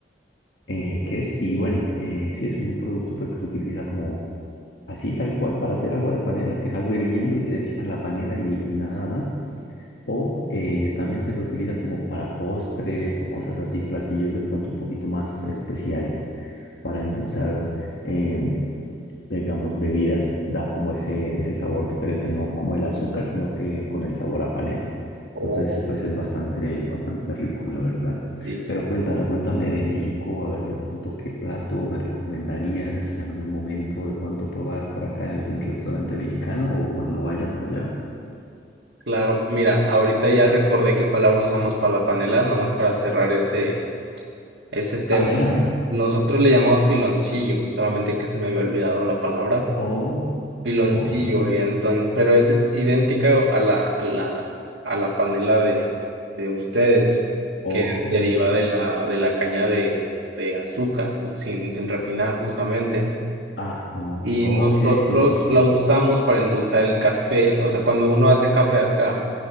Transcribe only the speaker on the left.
eh, ¿qué es? Y bueno, eh, sí es un producto pues, que se utiliza como así, tal cual, para hacer agua de panela, que es agua hirviendo y se echa la panela y y nada más. O eh, también se lo utiliza como para postres o cosas así, platillos de pronto un poquito más especiales para endulzar, eh, digamos, bebidas. Da como ese, ese sabor diferente, no como el azúcar, sino que con el sabor a panela.
Entonces, pues es bastante, bastante rico, la verdad.
Pero cuéntame, cuéntame de México, a ver de pronto qué plato me recomendarías en algún momento, de pronto probar por acá en algún restaurante mexicano o cuando vaya por allá.
A ver, a ver.
Oh,
ok.
Ok,
ok.
Ajá.
Ok,
piloncillo.